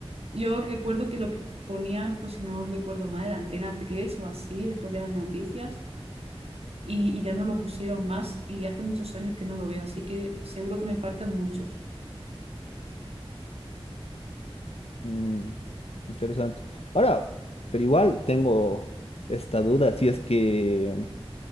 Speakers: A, on the right; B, on the left.
A: Yo recuerdo que lo ponían, pues si no recuerdo mal, en Antena 3 o así, después de las noticias, y, y ya no lo pusieron más y hace muchos años que no lo veo, así que seguro que me faltan muchos.
B: Mm, interesante. Ahora, pero igual tengo esta duda, si es que,